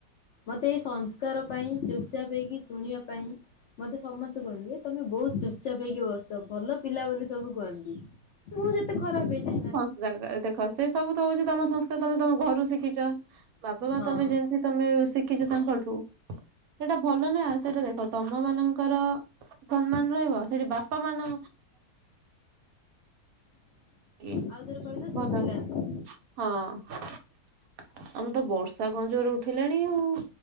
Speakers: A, on the left (about 65°); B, on the right (about 70°).
A: ମତେ ଏଇ ସଂସ୍କାର ପାଇଁ ଚୁପ୍ ଚାପ୍ ହେଇକି ଶୁଣିବା ପାଇଁ ମତେ ସମସ୍ତେ କହିବେ ଏ ତମେ ବହୁତ ଚୁପ୍ ଚାପ୍ ହେଇକି ବସ ଭଲ ପିଲା ବୋଲି ସବୁ କୁହନ୍ତି। ମୁଁ ଯେତେ ଖରାପ ହେଇଥାଏ।
B: ଦେ ଦେଖ ସେ ସବୁ ତ ହଉଛି ତମ ସଂସ୍କାର ତମେ ତମ ଘରୁ ଶିଖିଛ। ବାପା ମା
A: ହଁ
B: ତମେ ଯେମିତି ତମେ ଶିଖିଛ ତାଙ୍କଠୁ ସେଟା ଭଲ ନା। ସେଟା ଦେଖ ତମ ମାନଙ୍କର ସମ୍ମାନ ରହିବ ସେଠି ବାପା ମାନ ଏ
A: ଆଉ ଥରେ କହିଲ ଶୁଭିଲାନି।
B: ଭଲ। ହଁ ଆମର ତ ବର୍ଷା କଣ ଜୋରରେ ଉଠେଇଲାଣି ଆଉ।